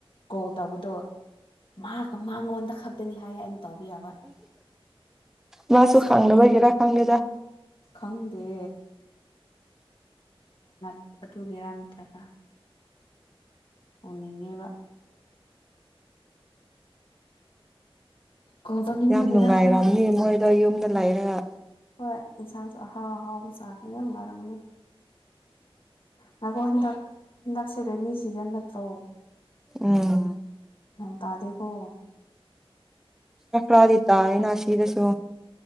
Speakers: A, on the left; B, in the centre.
A: ꯀꯣ ꯇꯧꯕꯗꯣ ꯃꯥꯒ ꯃꯉꯣꯟꯗ ꯈꯛꯇꯅꯤ ꯍꯥꯏꯌꯦ ꯑꯩ ꯇꯧꯕ ꯌꯥꯕꯅꯅꯦ
B: ꯃꯥꯁꯨ ꯈꯪꯗꯕꯒꯤꯔꯥ ꯈꯪꯗꯦꯗ
A: ꯈꯪꯗꯦ <unintelligible> ꯑꯗꯨꯨꯒꯦꯔꯥ ꯅꯠꯇ꯭ꯔꯒ ꯎꯅꯤꯡꯉꯦꯕ ꯀꯣꯜ ꯇꯧꯅꯤꯡꯕꯒꯤꯔ
B: ꯌꯥꯝ ꯅꯨꯡꯉꯥꯏꯔꯝꯅꯤ
A: ꯈꯪꯗꯦ
B: ꯃꯣꯏꯗꯣ ꯌꯨꯝꯗ ꯂꯥꯏꯔꯒ
A: ꯍꯣꯏ ꯏꯟꯁꯥꯡꯁꯨ ꯑꯍꯥꯎ ꯑꯍꯥꯎ ꯃ ꯆꯆꯥꯗ ꯌꯥꯝ ꯉꯔꯝꯅꯤ ꯉꯈꯣ ꯍꯟꯗꯛ ꯍꯟꯗꯛꯁꯦ ꯔꯦꯅꯤ ꯁꯤꯖꯟ ꯅꯠꯇ꯭ꯔꯣ
B: ꯎꯝ
A: ꯅꯣꯡ ꯇꯥꯗꯦꯀꯣ
B: ꯍꯅꯗꯥꯛꯈꯥ ꯇꯏꯅꯥ ꯁꯤꯗꯁꯨꯣ